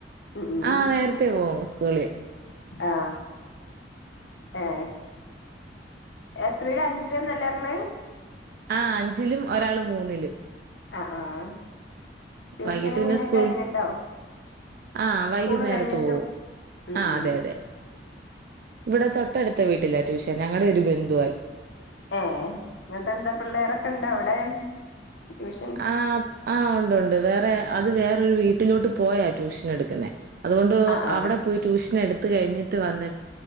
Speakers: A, on the left (about 80°); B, on the right (about 55°).
A: ഉം ഉം
B: ആ നേരത്തേ പോകും. കുളി
A: ആ ഏ എത്രയ അഞ്ചരേനല്ലേ? മ്
B: ആ അഞ്ജിലും ഒരാള് മൂന്നിലും
A: ആഹ് ആഹ് ട്യൂഷൻ
B: വൈകിട്ട്
A: എങ്ങനെ
B: പിന്നെ സ്കൂൾ
A: കഴിഞ്ഞിട്ടോ
B: ആ വൈകുന്നേരത്ത്
A: സ്കൂള് കഴിഞ്ഞിട്ടും
B: പോവും
A: ഉം
B: ആ
A: ഉം
B: അതെ അതെ ഇവിടെ തൊട്ടടുത്ത വീട്ടിലാ ട്യൂഷൻ ഞങ്ങടെ ഒരു ബന്ധുവ
A: ഏ ഇങ്ങനത്തെ എന്താ പിള്ളേരൊക്കെ ഉണ്ടോ അവിടെ ട്യൂഷൻ
B: ആ ആ ഉണ്ട് ഉണ്ട് വേറെ അത് വേറൊരു വീട്ടിലോട്ട് പോയാ ട്യൂഷൻ എടുക്കുന്നേ അതുകൊണ്ട്
A: ആ ആ
B: അവിടെ പോയി ട്യൂഷൻ എടുത്ത് കഴിഞ്ഞിട്ട് വന്നി